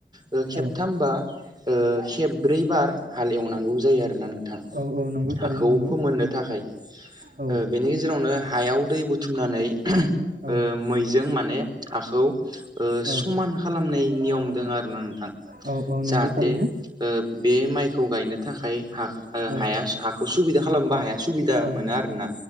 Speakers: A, on the right; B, on the right.
A: ओ खेबथामबा
B: औ
A: ओ खेब्रै बार हाल एवनांगौ जायो आरोना नों थां
B: औ औ नंगौ
A: हाखौ
B: थारैनो नंगौ
A: फोमोननो थाखाय।
B: औ
A: ओ बेनि गेजेरावनो हायाव दै बुथुमनानै ओ
B: औ
A: मैजों माने हाखौ ओ
B: औ
A: समान खालामनाय नियम दङ आरो ना नोंथां
B: औ औ
A: जाहाथे
B: नंगौ थारैनो
A: ओ बे माइखौ गायनो थाखाय हाख ओ
B: औ
A: हायास हाख सुबिदा खालामबो हाया सुबिदा
B: औ
A: मोनो आरोना।